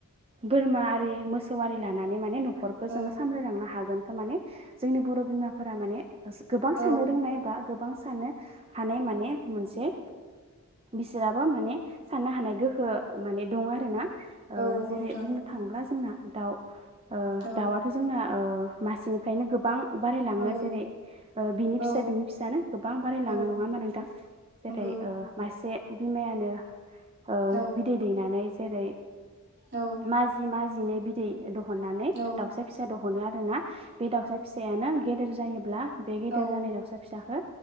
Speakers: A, on the right; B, on the right.
A: बोरमा आरि मोसौ आरी लानानै माने नखरखौ
B: औ
A: जोङो सामलायलांनो हागोन। माने जोंनि बर' बिमाफोरा माने ओ गोबां
B: औ
A: साननो रोंनाय बा गोबां सान्नो हानाय माने मोनसे बिसोरहाबो माने साननो हानाय गोहो माने दं आरो ना
B: औ
A: ओ
B: नंगौ
A: जेरै
B: नोंथां
A: बुंनो थांब्ला जोंना दाउ ओ
B: औ
A: दावआथ' जोंना मासेनिफ्रायनो गोबां बारायलांङो
B: औ
A: जेरै ओ बिनि
B: औ
A: फिसा बिनि फिसानो गोबां बारायलाङो
B: औ
A: नङा होमबा नोंथां जेरै
B: नंगौ
A: मासे बिमायानो ओ
B: औ
A: बिदै दैनानै जेरै
B: औ
A: माजि-माजि जिनै बिदै दहननानै
B: औ
A: दाउसा फिसा दहनो आरो ना बे दाउसा फिसायानो गेदेर जायोब्ला बे गेदेर
B: औ
A: जानाय दाउसा फिसाखो